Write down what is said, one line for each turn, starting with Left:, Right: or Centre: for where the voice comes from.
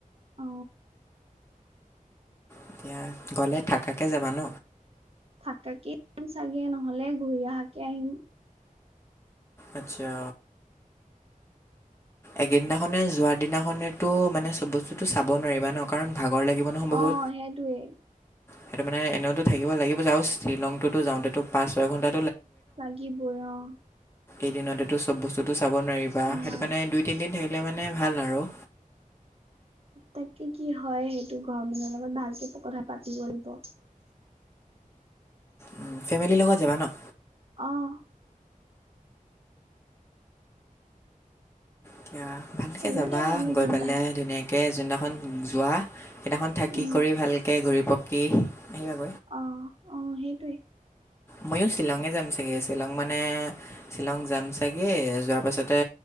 Right: অ
Left: এতিয়া, গ'লে থাকাকে যাবা ন?
Right: থাকাকে <unintelligible> চাগে, নহলে ঘূৰি অহাকে আহিম।
Left: আচ্ছা। একেইদিনাখনে যোৱা দিনাখনেটো মানে, চব বস্তুটো চাব নোৱাৰিবা ন কাৰণ ভাগৰ লাগিব নহয় বহুত।
Right: অ', সেইটোৱেই।
Left: সেইটো মানে এনেওটো থাকিব লাগিব যাওঁ শ্বিলংটোতো যাওঁতেটো পাঁচ ছয় ঘন্টা
Right: লাগিবই অ'।
Left: এদিনতেতো চব বস্তুটো চাব নোৱাৰিবা
Right: নোৱাৰি
Left: সেইটো কাৰণে দুই তিনিদিন থাকিলে মানে ভাল আৰু।
Right: তাকে কি হয় সেইটো ঘৰ মানহৰ লগত ভালকে কথা পাতি লাগিব।
Left: উ ফেমিলিৰ লগত যাবা ন?
Right: অহ
Left: এতিয়া ভালকৈ
Right: সিমানেই
Left: যাবা,
Right: আৰু আমি
Left: গৈ
Right: তিনটাই
Left: পেলাই ধুনীয়াকৈ এ যোনদিনাখন যোৱা- কেইনাখন থাকি
Right: উম
Left: কৰি ভালকে ঘূৰি পকি আহিবা
Right: অ অঁ সেইটোৱে।
Left: ময়ো শ্বিলঙে যাম চাগে শ্বিলং মানে শ্বিলং যাম চাগে যোৱাৰ পাছতে